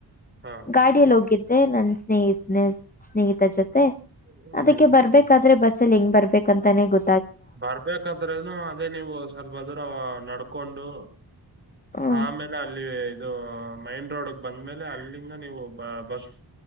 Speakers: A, on the right (about 25°); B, on the left (about 20°).
A: ಹಾ
B: ಗಾಡಿಯಲ್ಲಿ ಹೋಗಿದ್ದೆ. ನನ್ನ ಸ್ನೇಹತ್ ಸ್ನೇಹಿತ ಜೊತೆ
A: ಹ್ಮ್
B: ಅದಕ್ಕೆ ಬರ್ಬೇಕಾದ್ರೆ ಬಸ್. ಿಂಗ ಬರ್ಬೇಕ ಅಂತಾನೆ ಗೊ.
A: ಬರ್ಬೇಕಾದ್ರನು ಅದೇ ನೀವು ಸ್ವಲ್ಪದರ ನಡ್ಕೊಂಡು.
B: ಹ್ಮ್
A: ಆಮೇಲೆ ಅಲ್ಲಿ. ಇದು ಮೈನ್ ರೋಡ್ಗ್ ಬಂದ್ಮೇಲೆ ಅಲ್ಲಿಂದ ನೀವು ಬ ಬಸ್